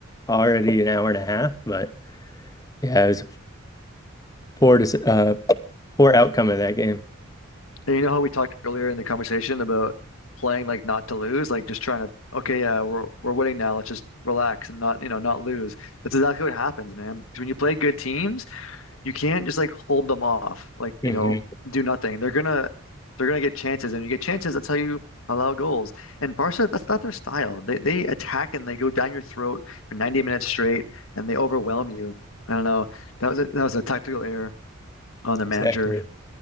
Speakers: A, on the left; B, on the left.
A: already an hour and a half, but yeah, it was a poor, dec- uh, poor outcome of that game.
B: And you know how we talked earlier in the conversation about playing like not to lose, like just trying to, okay, yeah, we're we're winning now. Let's just relax and not, you know, not lose. That's exactly what happens, man. 'Cause when you play good teams, you can't just like hold them off, like,
A: hmm
B: you know, do nothing. They're gonna they're gonna get chances, and you get chances, that's how you allow goals. And Barca, that's not their style. They they attack and they go down your throat for 90 minutes straight and they overwhelm you. I don't know. That was a, that was a tactical error on the manager.
A: Exactly.